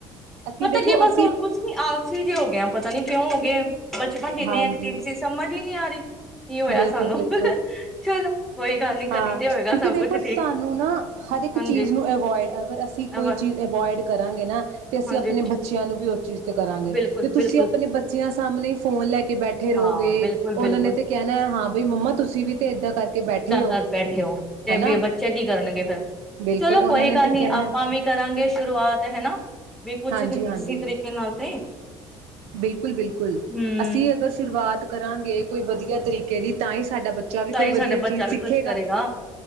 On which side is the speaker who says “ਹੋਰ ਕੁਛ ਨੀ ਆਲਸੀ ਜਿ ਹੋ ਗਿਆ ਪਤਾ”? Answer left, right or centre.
Centre